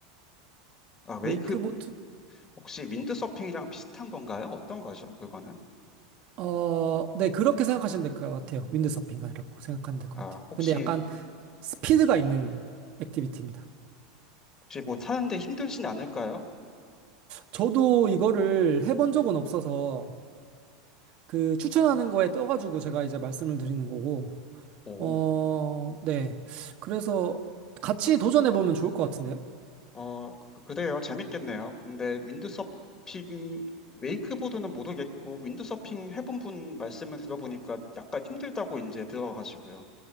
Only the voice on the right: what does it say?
웨이크보드,
어, 네. 그렇게 생각하시면 될 것 같아요. 윈드서핑 이라고 생각하면 될 것
같아요.
근데 약간 스피드가 있는 액티비티입니다.
저도 이거를 해본 적은 없어서 그 추천하는 거에 떠가지고 제가 이제 말씀을 드리는 거고,
어, 네. 그래서 같이 도전해보면 좋을 것 같은데요?